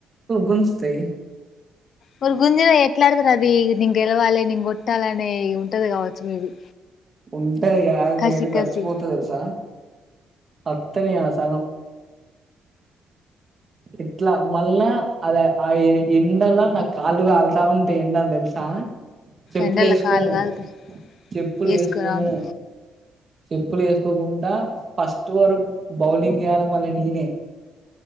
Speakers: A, on the right (about 35°); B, on the left (about 60°).
A: గుంస్తాయి
B: ఒక గుంజలో ఎట్లాడతారు అది ని గెలవాలి ని కొట్టాలి అనే ఉంటది కావచ్చు మేబీ
A: ఉన్ అ
B: కసి
A: నీ అద చచ్చిపోతుది
B: కసి
A: తెల్సా అత్తనిసంగం ఎట్లా మళ్ళా అద ఆ ఎండలో నా కాలుగాలుతా ఉంటే ఎండని తెలుసా చెప్పులు
B: ఎండల
A: వేసుకోము
B: కాళ్ళు కాలుతాయి
A: చెప్పులు
B: వేసుకోరు
A: వేసుకోము
B: అవును
A: చెప్పులు వేసుకో అకోకుండా ఫస్ట్ ఓవర్ బౌలింగ్ చేేయాల మల్ల నేనే